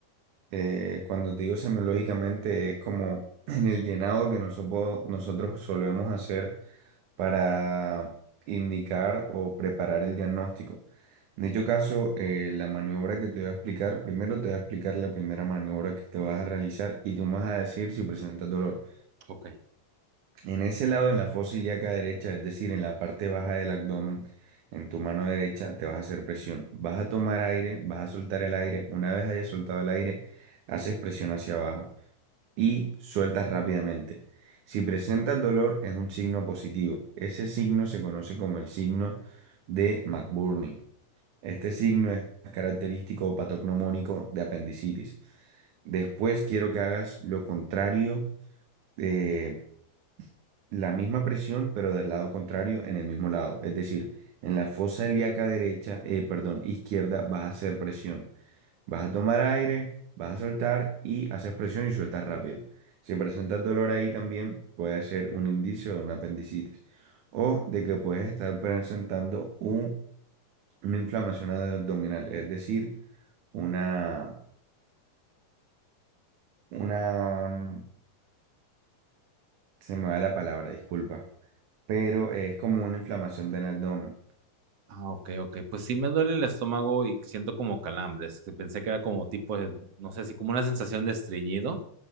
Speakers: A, on the right; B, on the right.
A: Eh, cuando te digo semiológicamente es como <clears throat> en el llenado que nosotros, nosotros solemos hacer para indicar o preparar el diagnóstico. En dicho caso, eh, la maniobra que te voy a explicar, primero te voy a explicar la primera maniobra que te vas a realizar y tú me vas a decir si presentas dolor.
B: Ok.
A: En ese lado, en la fosa ilíaca derecha, es decir, en la parte baja del abdomen, en tu mano derecha, te vas a hacer presión. Vas a tomar aire, vas a soltar el aire. Una vez hayas soltado el aire, haces presión hacia abajo y sueltas rápidamente. Si presentas dolor, es un signo positivo. Ese signo se conoce como el signo de McBurney. Este signo es característico o patognomónico de apendicitis. Después quiero que hagas lo contrario. eh, la misma presión, pero del lado contrario, en el mismo lado. Es decir, en la fosa ilíaca derecha, eh, perdón, izquierda, vas a hacer presión. Vas a tomar aire, vas a soltar y haces presión y sueltas rápido. Si presentas dolor ahí también, puede ser un indicio de una apendicitis o de que puedes estar presentando un- una inflamación abdominal, es decir, una, una, mm, se me va la palabra, disculpa, pero es como una inflamación del abdomen.
B: Ah, ok, ok. Pues sí me duele el estómago y siento como calambres. que Pensé que era como tipo, de- no sé si como una sensación de estreñido,